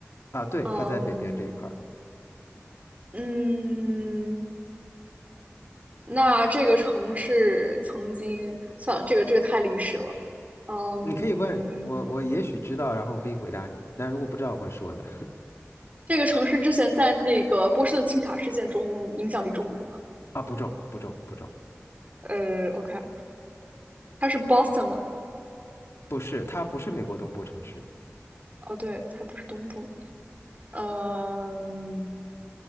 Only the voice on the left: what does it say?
啊，对，
他在北边这一块儿。
你可以问我，我也许知道，然后我可以回答你，但如果不知道，我会说的。<laughs>
啊，不重，不重，不重，
不是，它不是美国东部城市，